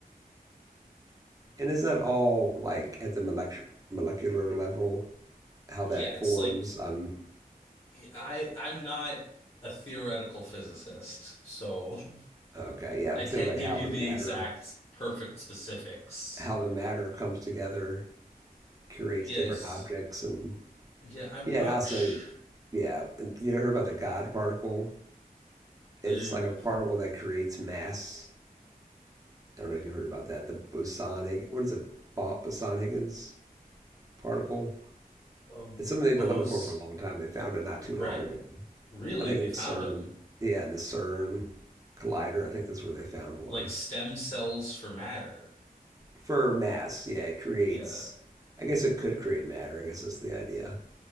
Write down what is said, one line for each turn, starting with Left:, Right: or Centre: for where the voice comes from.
Right: And is that all like at the molecular molecular level? How
Left: Yeah,
Right: that
Left: it's
Right: forms?
Left: like
Right: I'm
Left: I I'm not a theoretical physicist, so
Right: okay.
Left: <laughs>
Right: Yeah,
Left: I
Right: I'm
Left: can't
Right: thinking like
Left: give
Right: how
Left: you
Right: the
Left: the
Right: matter,
Left: exact perfect specifics.
Right: how the matter comes together, creates
Left: Yes.
Right: different objects, and
Left: Yeah, I'm
Right: yeah,
Left: not
Right: and also,
Left: sh
Right: yeah, and you heard about the God particle? It's
Left: the
Right: like a particle that creates mass. I don't know if you heard about that. The boson what is it? boson Higgins particle.
Left: um,
Right: It's something they've
Left: Bose
Right: been looking for for a long time. They found it not
Left: Right.
Right: too long ago.
Left: Really,
Right: I think
Left: they
Right: in the
Left: found
Right: CERN,
Left: them.
Right: yeah, in the CERN collider, I think that's where they found one.
Left: Like stem cells for matter.
Right: For mass, yeah, it creates,
Left: Yeah.
Right: I guess it could create matter. I guess that's the idea.